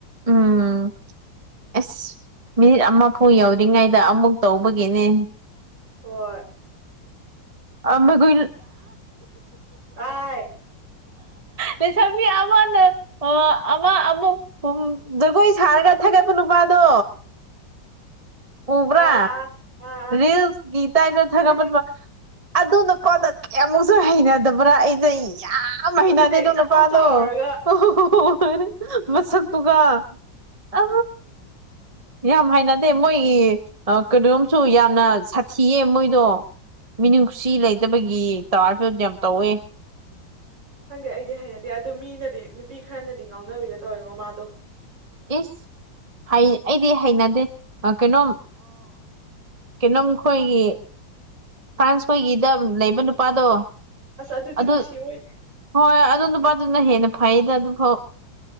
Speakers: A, on the right; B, on the right.
A: ꯎꯝ ꯑꯁ ꯃꯤꯅꯤꯠ ꯑꯃꯐꯥꯎ ꯌꯧꯗꯔꯤꯉꯩꯗ ꯑꯃꯨꯛ ꯇꯧꯕꯒꯤꯅꯦ
B: ꯑꯣ
A: ꯑ ꯃꯒ
B: ꯑꯥꯏ
A: ꯂꯩꯁꯕꯤ ꯑꯃꯅ ꯑꯃ ꯑꯃꯨꯛ ꯖꯒꯣꯏ ꯁꯥꯔꯒ ꯊꯥꯒꯠꯄꯅ ꯕꯥꯗ ꯎꯕ꯭ꯔꯥ
B: ꯑꯥ ꯑꯥ ꯑꯥ ꯑꯥ
A: ꯔꯤꯜꯁ ꯒꯤ ꯇꯥꯏꯅ ꯊꯥꯒꯠꯃꯟꯕ
B: ꯈꯪꯉꯦ
A: ꯑꯗꯨꯅ ꯀꯣꯗ ꯀꯌꯥꯃꯨꯛꯁꯨ ꯍꯩꯅꯗꯕ꯭ꯔꯥ ꯑꯩꯁ ꯌꯥꯝ ꯍꯩꯅꯅꯦꯗꯣ
B: ꯑꯗꯨꯅꯦ ꯏꯆꯥꯎ
A: ꯅꯨꯄꯥꯗꯣ
B: ꯆꯥꯎꯔꯒ
A: ꯍ ꯍꯣ ꯍꯣꯣꯏ ꯃꯁꯛꯇꯨꯒ ꯑ ꯑ ꯌꯥꯝ ꯍꯥꯏꯅꯗꯦ ꯃꯣꯏꯒꯤ ꯀꯩꯅꯣꯣꯝꯁꯨ ꯌꯥꯝꯅ ꯁꯥꯊꯤꯌꯦ ꯃꯣꯏꯗꯣ ꯃꯤꯅꯨꯡꯁꯤ ꯂꯩꯇꯕꯒꯤ ꯇꯥꯔꯁꯨ ꯑꯗꯨ ꯌꯥꯝ ꯇꯧꯋꯦ
B: ꯈꯪꯗꯦ ꯑꯩꯗꯤ ꯍꯩꯅꯗꯦ ꯑꯗꯨꯣ ꯃꯤꯅꯗꯤ ꯅꯨꯄꯤ ꯈꯔꯅꯗꯤ ꯉꯥꯎꯅꯕꯤꯒ ꯇꯧꯋꯦꯉꯣ ꯃꯥꯗꯣ
A: ꯏꯁꯁ ꯑꯩꯗꯤ ꯍꯩꯅꯗꯦ ꯀꯩꯅꯣꯝ ꯀꯩꯅꯣꯝ ꯈꯣꯏꯒꯤ ꯐ꯭ꯔꯥꯟꯁ ꯈꯣꯏꯒꯤꯗ ꯂꯩꯕ ꯅꯨꯄꯥꯗꯣ
B: ꯑꯁ ꯑꯗꯨꯗꯤ
A: ꯑꯗꯨ
B: ꯅꯨꯡꯁꯤ ꯑꯣꯏꯗꯦ
A: ꯍꯣꯏ ꯑꯗꯨ ꯅꯨꯄꯥꯗꯨꯅ ꯍꯦꯟꯅ ꯐꯩꯗ ꯑꯗꯨꯝ